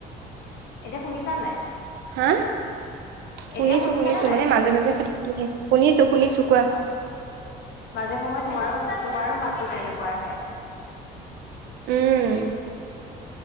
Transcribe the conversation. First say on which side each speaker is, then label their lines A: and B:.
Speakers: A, on the left; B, on the right.
A: এতিয়া শুনিছা নাই।
B: হা শুনিছোঁ
A: এতিয়া শুনিছানে
B: শুনিছোঁ
A: নাই
B: মানে মাজে মাজে কাটি দিয়ে শুনিছোঁ শুনিছোঁ কোৱা।
A: অ মাজে সময়ে তোমাৰো তোমাৰো মাতটো তেনেকুৱা আহে।
B: উম।